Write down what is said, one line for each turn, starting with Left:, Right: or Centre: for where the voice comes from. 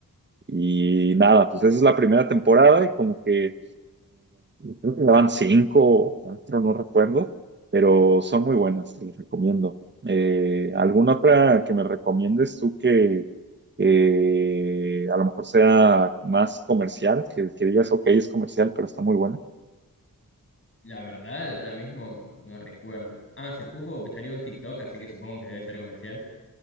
Right: y nada, pues esa es la primera temporada y como que eh, creo que daban cinco o cuatro, no recuerdo, pero son muy buenas, te las recomiendo. Eh, ¿alguna otra que me recomiendes tú que eh, a lo mejor sea más comercial, que, que digas, ok, es comercial, pero está muy buena?
Left: La verdad, ahora mismo no recuerdo. Ah, hace poco me salió un TikTok, así que supongo que debe ser comercial.